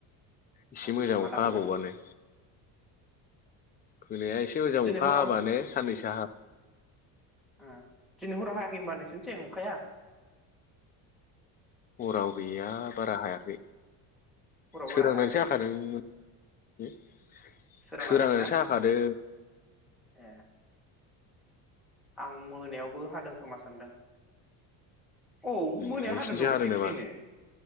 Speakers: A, on the left; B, in the centre.
A: एसे
B: अ
A: मोजां
B: माला
A: अखा
B: फोगोन
A: हाबावबानो <unintelligible> होनाया एसे मोजां
B: दिनै
A: अखा
B: हराव
A: हाबानो साननैसो हा
B: ओ दिनै हराव हायाखै होनबा नोंसोरनिथिं अखाया?
A: हराव गैया बारा हाया
B: हराव बारा
A: सोरांनानैसो
B: हायाखै
A: हाखादों <inaudible>
B: सोरांनानैसो
A: सोरांनासो
B: ना
A: हाखादो
B: ए आं मोनायावबो हादों खोमा सानदों औ
A: ए
B: मोनायाव
A: नोंसिनिथिं
B: हादोंथ'
A: हादों
B: फ्रि
A: नामा
B: फ्रिनो